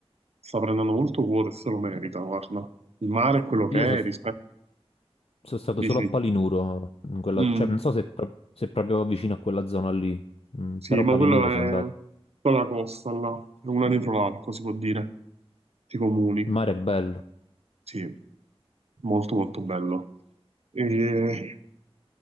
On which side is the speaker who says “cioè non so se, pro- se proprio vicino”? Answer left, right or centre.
Left